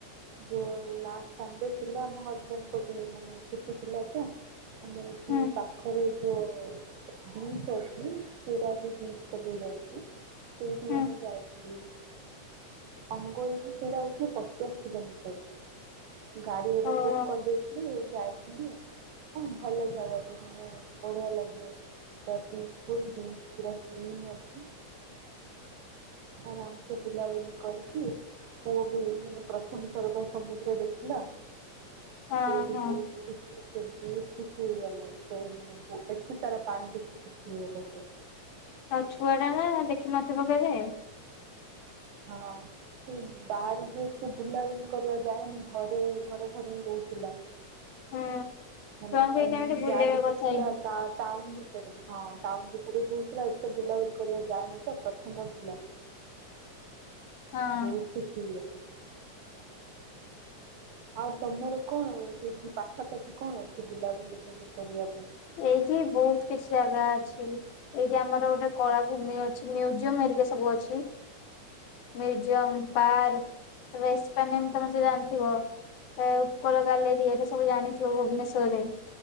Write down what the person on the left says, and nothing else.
ହୁଁ
ହୁଁ
ଓହୋ
ହଁ
ହଁ
ଆଉ ଛୁଆ ଟା ନା ଦେଖିନଥିବ କେବେ।
ହୁଁ
ଛୁଆଙ୍କୁ ଏଇ ଟାଇମରେ ବୁଲେଇବା
କଥା ଏଇନା।
ହଁ
ଏଇଠି ବହୁତ କିଛି ଜାଗା ଅଛି ଏଇଠି ଆମର ଗୋଟେ କଳାଭୂମି ଅଛି ମ୍ୟୁଜିୟମ ଟିକେ ସବୁ ଅଛି।
ମ୍ୟୁଜିୟମ ପାର୍କ ରେଷ୍ଟ ପେନେମ ତମେତ ଜାଣି ଥିବ ଉପର ଗାଲେରି ଏରା ସବୁ ଜାଣିଥିବ ଭୁବନେଶ୍ଵର ରେ